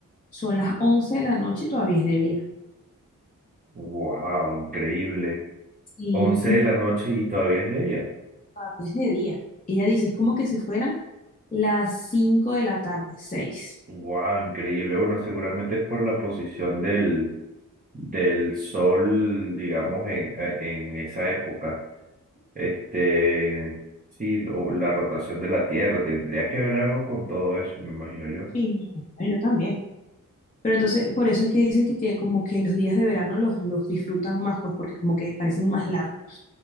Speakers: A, on the left (about 25°); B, on the right (about 25°).
A: son las 11 de la noche y todavía es de día.
B: Wow, increíble.
A: Sí.
B: once de la noche y todavía es de día.
A: Todavía es de día. Ella dice, es como que si fueran las 5 de la tarde, 6.
B: Wow, increíble. Bueno, seguramente es por la posición del, del sol, digamos, en, en esa época. Este, sí, lo- la rotación de la Tierra tendría que ver algo con todo eso, me imagino yo.
A: Sí, mi amor, yo también. Pero entonces, por eso es que dicen que, que como que los días de verano los, los disfrutan más, pues porque como que parecen más largos.